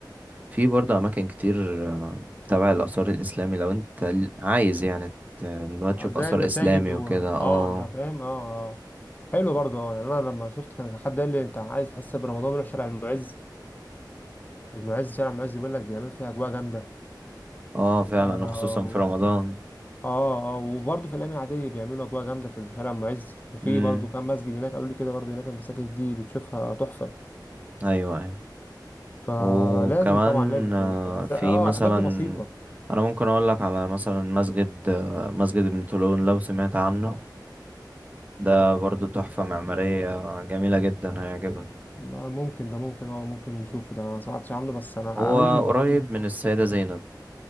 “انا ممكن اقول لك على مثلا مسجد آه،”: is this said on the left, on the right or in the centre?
Right